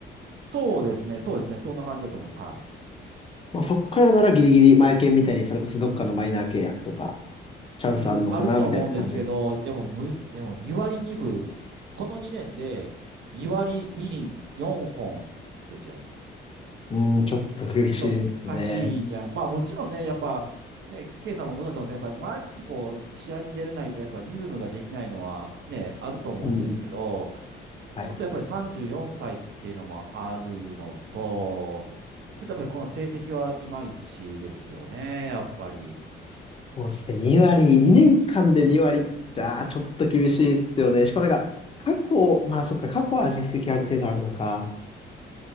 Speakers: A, on the right (about 65°); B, on the left (about 30°).
A: そうですね、そうですね、そんな感じだと思います。はい。
B: まあ、そっからならギリギリ、前券みたいに、それこそどっかのマイナー契約とか、チャンスあんのかな、
A: うん、あると思うんですけど、
B: みたいな感じです。
A: でもむ、でも2割2分、この2年で2割2厘4本ですよ。
B: うん、ちょっと苦しいですね。
A: そう、難しいんじゃない。まあもちろんね、やっぱ、ね、ケイさんもご存知だと思うんですけど、やっぱり毎日こう、試合に出れないと、やっぱリズムができないのはね、あると思うんですけど、
B: うんうん。はい
A: ちょっとやっぱり34歳っていうのもあるのと、ちょっとやっぱりこの成績はいまいちですよね、やっぱり。
B: そうっすね。2割、2年間で2割じゃああ、ちょっと厳しいっすよね。しかもなんか、過去、まあそっか、過去は実績ある程度あるのか。